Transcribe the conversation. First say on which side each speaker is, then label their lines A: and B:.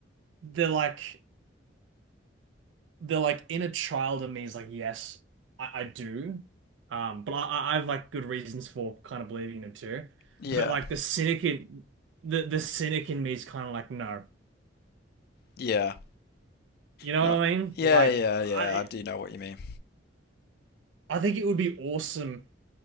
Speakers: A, on the right; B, on the left.
A: they're like they're like inner child in me is like, yes, I, I do. Um, but I, I- I've like good reasons for kind of believing them too.
B: Yeah.
A: But like the cynic in the the cynic in me is kind of like, no.
B: Yeah.
A: You know
B: No.
A: what I mean?
B: Yeah,
A: Like
B: yeah,
A: I
B: yeah. I do know what you mean.
A: I think it would be awesome